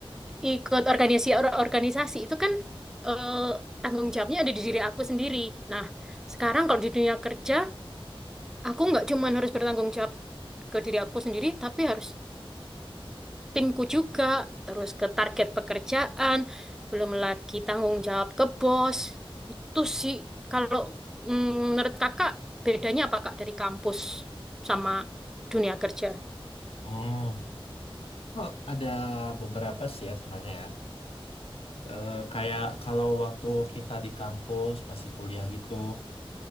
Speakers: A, in the centre; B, on the left.
A: ikut organisasi or- organisasi itu kan eh, tanggung jawabnya ada di diri aku sendiri. Nah, sekarang kalau di dunia kerja, aku nggak cuma harus bertanggung jawab ke diri aku sendiri, tapi harus timku juga, terus ke target pekerjaan, belum lagi tanggung jawab ke bos. Itu sih, kalau mm, menurut kakak, bedanya apa kak dari kampus sama dunia kerja?
B: Hmm. Oh, ada beberapa sih ya sebenarnya ya. Eh, kayak kalau waktu kita di kampus masih kuliah gitu,